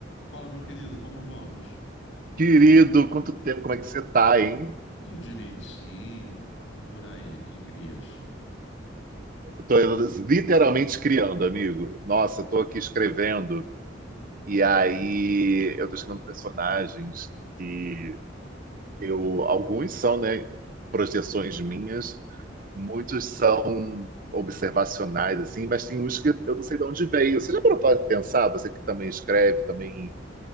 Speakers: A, on the left (about 70°); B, on the right (about 45°).
A: Fala, meu querido, como vamos?
B: Querido, quanto tempo, como é que você tá, hein?
A: Tudo direitinho e por aí, que crias?
B: Tô literalmente criando, amigo. Nossa, tô aqui escrevendo e aí eu tô escrevendo personagens que eu, alguns são, né, projeções minhas, muitos são observacionais assim, mas tem uns que eu não sei de onde veio. Você já parou para pensar, você que também escreve, também